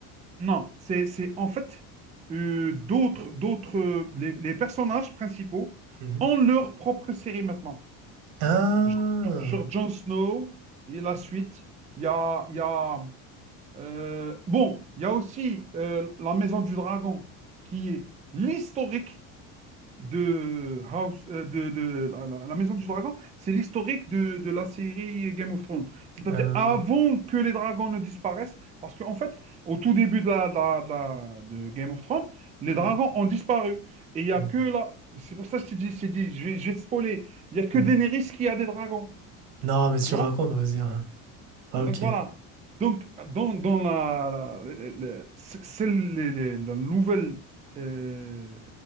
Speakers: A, on the right; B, on the right.
A: non, c'est, c'est en fait euh, d'autres, d'autres, euh, les, les personnages principaux
B: Mhm.
A: ont leur propre série maintenant.
B: Ah,
A: Genre, genre Jon Snow et la suite. Il y a, il y a euh, bon, il y a aussi euh, la Maison du Dragon qui est l'historique de House, euh, de, de la, la- la Maison du Dragon, c'est l'historique de, de la série Game of Thrones. C'est-à-dire
B: euh,
A: avant que les dragons ne disparaissent, parce qu'en fait, au tout début de, la, de, la- de la- de Game of Thrones, les
B: mhm.
A: dragons ont disparu. Et il n'y a
B: Mhm.
A: que là, c'est pour ça que je te dis, je t'ai dit, je vais, je vais te spoiler, il n'y a que
B: Mhm.
A: Daenerys qui a des dragons.
B: Non, mais tu
A: Tu
B: racontes,
A: vois?
B: vas-y. hein. Ah,
A: Donc
B: Ok.
A: voilà. Donc dans, dans la, la- le- le- c'est c'est le- le- la nouvelle euh,